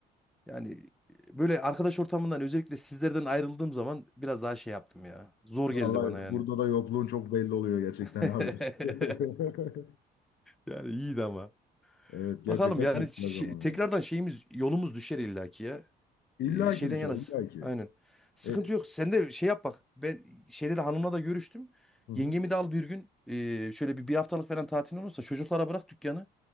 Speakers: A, in the centre; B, on the left.
A: Yani e, böyle arkadaş ortamından özellikle sizlerden ayrıldığım zaman biraz daha şey yaptım ya. Zor
B: Vallahi
A: geldi bana yani.
B: burada da yokluğun çok belli oluyor gerçekten
A: <laughs>
B: abi. <laughs>
A: Yani iyiydi ama.
B: Evet gerçekten
A: Bakalım yani
B: çok
A: şi-
B: güzel zamanlardı.
A: tekrardan şeyimiz yolumuz düşer illaki ya.
B: İlla
A: Ee, şeyden
B: ki düşer,
A: yanasın.
B: illa ki.
A: Aynen. Sıkıntı
B: E,
A: yok. Sen de şey yap bak. Ben şeyde de hanımla da görüştüm.
B: hı hı.
A: Yengemi de al bir gün. Ee, şöyle bir, bir haftalık falan tatil olursa çocuklara bırak dükkanı.